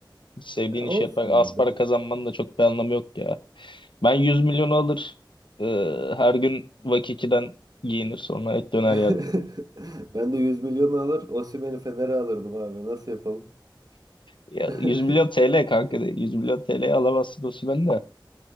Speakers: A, on the left (about 80°); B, on the right (about 50°).
A: Hiç sevdiğin
B: Ya
A: iş
B: olsun
A: yapar. Az
B: abi.
A: para kazanmanın da çok bir anlamı yok ya. Ben 100 milyonu alır. e, her gün Vakiki'den giyinir sonra et döner
B: <laughs>
A: yerdim.
B: Ben de 100 milyonu alır, Osimhen'i Fener'e alırdım abi. Nasıl yapalım?
A: Ya,
B: <laughs>
A: 100 milyon TL kanka. de. yüz milyon TL'ye alamazsın o sümen de.